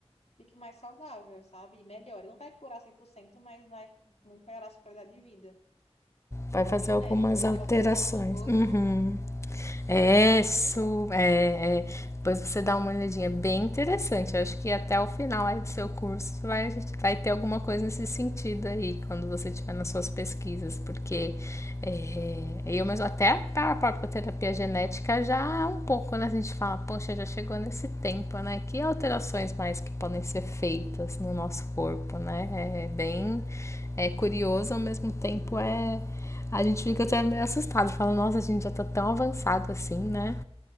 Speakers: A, on the left (about 75°); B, on the left (about 25°).
A: fique mais saudável, sabe? E melhore. Não vai curar 100% mas vai muito melhorar a sua qualidade de vida.
B: Vai
A: Terapia
B: fazer
A: genética.
B: algumas
A: Agora, esse
B: alterações.
A: negócio de nanorobôs
B: Uhum.
A: eu não,
B: É,
A: eu não
B: su...
A: ouvi, não.
B: é, é. Depois você dá uma olhadinha, é bem interessante. Eu acho que até o final aí do seu curso vai, vai ter alguma coisa nesse sentido aí, quando você estiver nas suas pesquisas, porque é, eu mesmo, até a própria terapia genética já um pouco, né? A gente fala, poxa, já chegou nesse tempo, né? Que alterações mais que podem ser feitas no nosso corpo, né? É bem é curioso, ao mesmo tempo é, a gente fica até meio assustado, fala, nossa, a gente já tá tão avançado assim, né?